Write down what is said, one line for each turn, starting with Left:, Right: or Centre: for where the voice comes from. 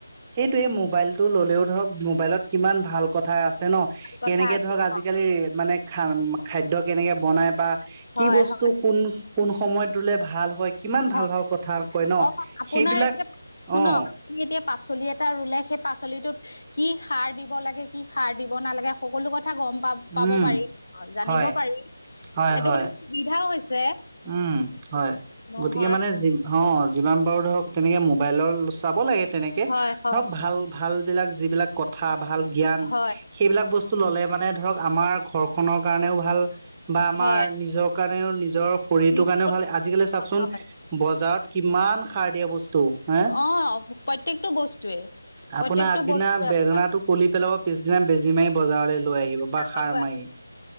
Right: সেইটোয়ে মোবাইলতটো ল'লেও ধৰক মোবাইলত কিমান ভাল কথা আছে ন'
Left: কথা
Right: কেনেকে
Left: আছে
Right: ধৰক
Left: অ
Right: আজিকালি মানে খা খাদ্য কেনেকে বনাই বা
Left: হয়
Right: কি বস্তু
Left: হয়
Right: কোন-কোন সময়ত ৰুলে ভাল হয় কিমান
Left: হয়
Right: ভাল ভাল কথা কয় ন'
Left: অ আপোনাৰ
Right: সেইবিলাক
Left: এতিয়া শুনক
Right: অ'
Left: এতিয়া পাচলি এটা ৰুলে সেই পাচলিটোত কি সাৰ দিব লাগে কি সাৰ দিব নালাগে সকলো কথা গম পা পাব
Right: উম
Left: পাৰি জানিব
Right: হয়
Left: পাৰি
Right: হয়
Left: সেইটো
Right: হয়
Left: কাৰণে সুবিধাও হৈছে।
Right: উম, হয়,
Left: নহৰ
Right: গতিকে মানে অ', যিমান পাৰো ধৰক তেনেকে মোবাইলৰ চাব লাগে তেনেকে
Left: হয়, হয়,
Right: ধৰক ভাল ভাল বিলাক যিবিলাক কথা ভাল জ্ঞান
Left: হয়,
Right: সেইবিলাক বস্তু ললে মানে ধৰক আমাৰ ঘৰখনৰ কাৰণেও ভাল বা আমাৰ
Left: হয়,
Right: নিজ কাৰণে নিজৰ শৰীৰটোৰ
Left: নিশ্চয়
Right: কাৰণেও ভাল আজিকালি চাওকচোন
Left: হয়।
Right: বজাৰত কিমান সাৰ দিয়া বস্তু হে
Left: অ', প্ৰত্যেকটো বস্তুৱে।
Right: আপোনাৰ
Left: প্ৰত্যেকটো
Right: আগদিনা
Left: বস্তুৱে
Right: বেদনা
Left: আপোনাৰ
Right: টো কুলি পেলাব পিছদিনা বেজি মাৰি বজাৰলৈ লৈ আহিব বা
Left: ডাঙৰ
Right: সাৰ মাৰি